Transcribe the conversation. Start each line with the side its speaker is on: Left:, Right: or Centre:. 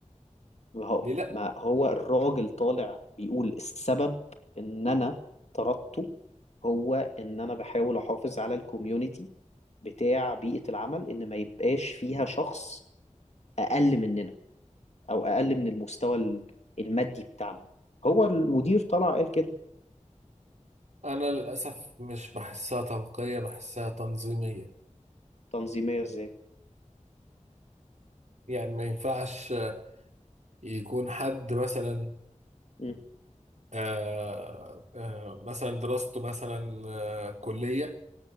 Left: ما هو
Right: ليه لا
Left: ما هو الراجل طالع بيقول السبب ان انا طردته هو ان انا بحاول احافظ على الكوميونتي بتاع بيئة العمل ان ما يبقاش فيها شخص اقل مننا او اقل من المستوى ال- المادي بتاعنا هو المدير طلع قال كده
Right: أنا للأسف مش بحسها توقية بحسها تنظيمية
Left: تنظيمية ازاي
Right: يعني ما ينفعش يكون حد مثلا
Left: مم.
Right: آه آه مثلا دراسته مثلا آه كلية